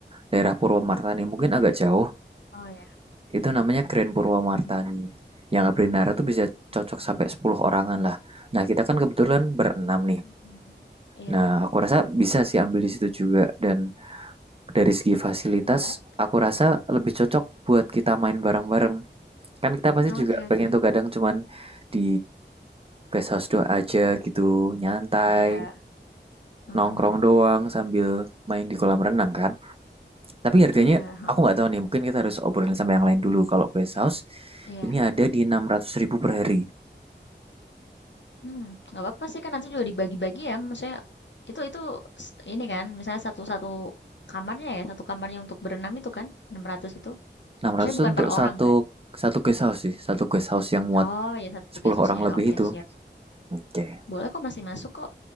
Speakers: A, on the right; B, on the left.
A: daerah Purwomartani. Mungkin agak jauh.
B: Oh ya,
A: Itu namanya Grand Purwamartani.
B: mhm,
A: Yang Abrinara tuh bisa
B: mmm,
A: cocok sampai 10 orangan lah. Nah, kita kan kebetulan berenam nih.
B: mhm. Iya,
A: Nah, aku rasa bisa sih ambil di situ juga. Dan dari segi fasilitas,
B: boleh?
A: aku rasa lebih cocok buat kita main bareng-bareng. Kan kita pasti
B: Oke
A: juga pengen
B: oke,
A: tuh kadang cuman di guest house doang aja gitu, nyantai,
B: iya, heeh
A: nongkrong
B: heeh,
A: doang sambil main di kolam renang kan. Tapi harganya
B: iya, heeh,
A: aku nggak tahu nih, mungkin kita harus obrolin sama yang lain dulu. Kalau guest house
B: iya,
A: ini ada di enam ratus ribu per hari.
B: Hmm, nggak apa-apa sih kan nanti juga dibagi-bagi ya, maksudnya itu itu s ini kan misalnya satu satu kamarnya ya, satu kamarnya untuk berenam itu kan, 600 itu?
A: Enam
B: Maksudnya
A: ratus
B: bukan
A: untuk
B: per
A: satu
B: orang kan?
A: satu guest house sih, satu guest house yang muat
B: Oh ya, satu
A: 10
B: guest
A: orang lebih
B: oke
A: itu.
B: siap.
A: Oke. okay.
B: Boleh kok, masih masuk kok.